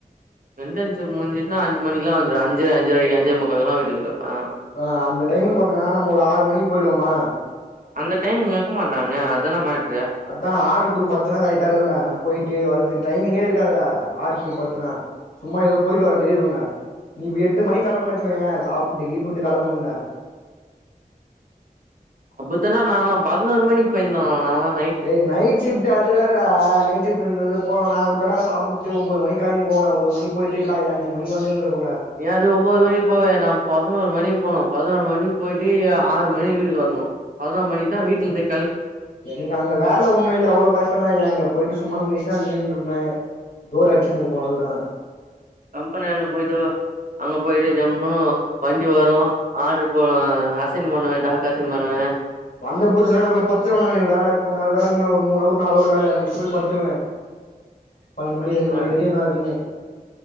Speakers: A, on the right; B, on the left.
A: இண்டன்சிப் முடிஞ்சிட்னா அஞ்சு மணிகலா வந்துருவே அஞ்சு அஞ்சரை அஞ்சைமுக்காலுக்கலா வீட்டுக்கு கிடப்பே
B: ஆஹ்ன் அந்த டைமுக்கு வந்தனா நம்ம ஒரு ஆறு மணிக்கு போய்டுவோமா
A: அந்த டைம் இங்க இருக்க மாட்டானே அதான மேட்
B: அதான் ஆறு டு பத் எத்தனாவது கரெக்டா இருக்குண்ணா நான் போய்ட்டு வரதுக் டைமிங்கே இருக்காதுடா ஆறு டு பத்துனா சும்மா ஏதோ போயிட்டு வர மாரி இருங்குண்ணா நீ இப்ப எட்டு மணிக் கிளம்பனு வச்சுக்கயே சாப்ட்டு கீப்ட்டு கிளம்புண்ண
A: புத்தன நாளாம் பதினோறு மணிக்கு போய்ருந்தோம் நாளா
B: ஏய் நைட் ஷிப்ட் அது வேறடா நைட் ஷிப்ட்ன்ரது போலனா <unintelligible> சாப் புட்டு ஒன்போது மணிக்கு கெலம்பி போன ஒன்போது மணிக்கு போய்ட்டு காலையில அஞ்சு மணிக்கு வந்துண்டுருப்போ
A: நீ அது ஒன்போது மணிக்கு போவ வேண்டா பதினொரு மணிக்கு போனும் பதினொரு மணி அப்டி போயிட்டு ஆறு மணிக்கு வீட்டுக்கு வரணும் பதினொரு மணி தான் வீட்ல இருந்தே
B: எனக்கு அங்க வேல ஒன்னும் இல்ல அவ்ளோ கஷ்டோலா இல்ல அங்க போயிட்டு சும்மா மிஷி ட நீன்ருப்பே போர் அடிச்சினு இருக்கு அவ்ள்தான்
A: கம்பெனியான்ட போயிட்டு அங்க போயிட்டு ஜம்னு வண்டி வரும் ஆர்ட்ரு போ அசைன் பண்ணுவே டாக்கு அசைன் பண்ணுவே
B: வந்த புதுசுல நான் போயி பத்துருவேன் நானு வேலை கொஞ்சோ நேரோதான் இருக்கு ஒரு மூணு அவரு நாலு அவரு வேலை முடிச்சிட்டு போய் பத்துருவேன் பன்னெண்டு மணி ரெண்டு மணி
A: ஆ
B: வரையு நான் இருக்கனுமே